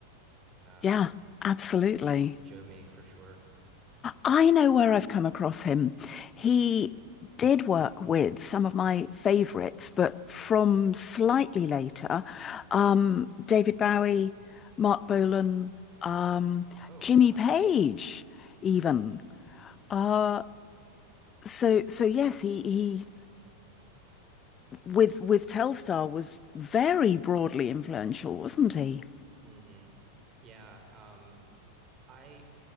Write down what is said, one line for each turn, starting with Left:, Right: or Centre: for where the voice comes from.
Right: uh
Left: Yeah, absolutely.
Right: Joe Meek for sure.
Left: I know where I've come across him. He did work with some of my favorites, but from slightly later, um, David Bowie, Mark Bolan, um,
Right: Oh
Left: Jimmy
Right: yeah,
Left: Page, even. Uh, so so yes, he he with with Telstar was very broadly influential, wasn't he?
Right: hmm yeah. Um, I